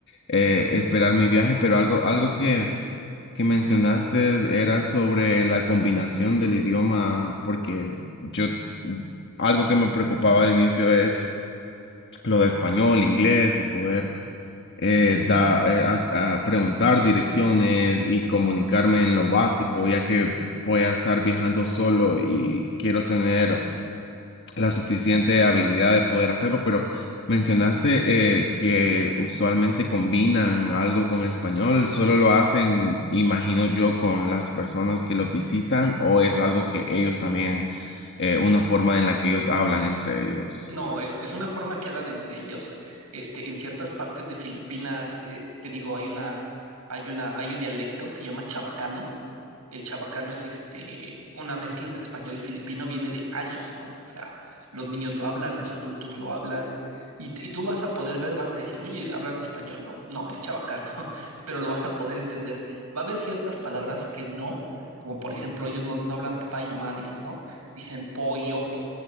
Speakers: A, on the left (about 50°); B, on the right (about 85°).
A: eh, esperar mi viaje, pero algo, algo que, que mencionaste era sobre la combinación del idioma, porque yo, algo que me preocupaba al inicio es lo de español, inglés y poder eh, da- eh, a, a preguntar direcciones y comunicarme en lo básico, ya que voy a estar viajando solo y quiero tener la suficiente habilidad de poder hacerlo, pero mencionaste eh, que usualmente combinan algo con español, ¿solo lo hacen, imagino yo, con las personas que los visitan o es algo que ellos también, eh, una forma en la que ellos hablan entre ellos?
B: No, es, es una forma que hablan entre ellos. Este, en ciertas partes de Filipinas, eh, te digo, hay una, hay una, hay un dialecto, se llama chabacano El chabacano es este, una mezcla entre español y filipino, viene de años, ¿no? O sea, los niños lo hablan, los adultos lo hablan, y, t- y tú vas a poder ver, vas a decir, oye, hablan español, ¿no? No, es chabacano, <laughs> pero lo vas a poder entender. Va a haber ciertas palabras que no, como por ejemplo, ellos no, no hablan papá y mamá, dicen, ¿no? Dicen po y opo, o